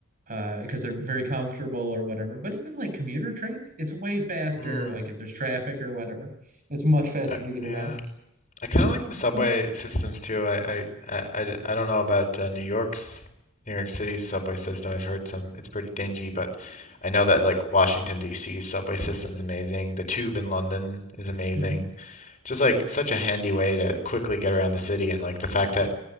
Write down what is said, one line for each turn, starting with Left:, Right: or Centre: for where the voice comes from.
Right: uh, because they're very comfortable or whatever. But even like commuter trains, it's way faster.
Left: mm,
Right: Like if there's traffic or whatever, it's much faster
Left: uh,
Right: to get around.
Left: yeah. I kind of like the subway
Right: Mm.
Left: systems too. I, I, I, I d- I don't know about uh, New York's New York City's subway system. I've heard some it's pretty dingy, but I know that like Washington DC's subway system's amazing. The tube in London is amazing.
Right: hmm
Left: Just like such a handy way to quickly get around the city and like the fact that